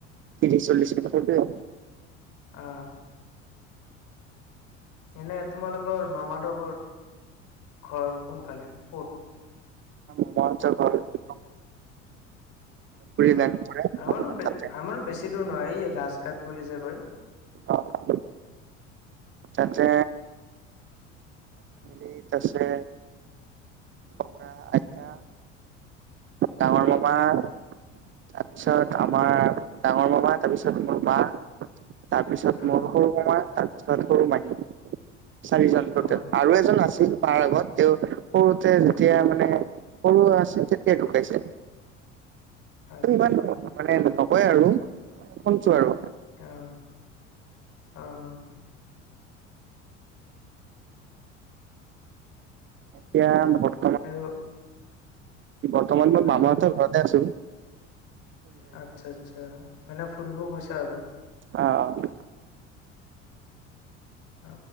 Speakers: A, on the right; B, on the left.
A: ত্ৰিশ চল্লিছ মিনিটতে?
B: অ'। এনে তোমালোকৰ মামাহঁতৰ ঘৰ, ঘৰ কোনফালে? ক'ত
A: <unintelligible> অঞ্চল পাহাৰত।
B: অ'
A: লাইন পৰে
B: আমাৰো বে
A: তাতে
B: আমাৰো বেছি দূৰ নহয় এই ৰাজঘাট বুলি যে কয়।
A: অ অ তাতে গেইট আছে। ককা, আইতা, ডাঙৰ
B: অ
A: মামা। তাৰপিছত আমাৰ ডাঙৰ মামা তাৰপিছত মোৰ মা। তাৰপিছত
B: অ
A: মোৰ সৰু মামা তাৰপিছত সৰু মাইী। চাৰিজন ট'টেল
B: অ
A: আৰু এজন আছিল। মাৰ আগত তেওঁ সৰুতে যেতিয়া মানে সৰু আছে তেতিয়া ঢুকাইছে।
B: আচ্ছা
A: টো ইমান মানে নকয় আৰু শুনছোঁ আৰু।
B: অ', অ'।
A: দিয়া নহ
B: আৰু
A: বৰ্তমান মই মামাহঁতৰ
B: অ
A: ঘৰতে আছোঁ।
B: আচ্ছা আচ্ছা। মানে ফুৰিব গৈছা আৰু।
A: অ', অ'।
B: অ'।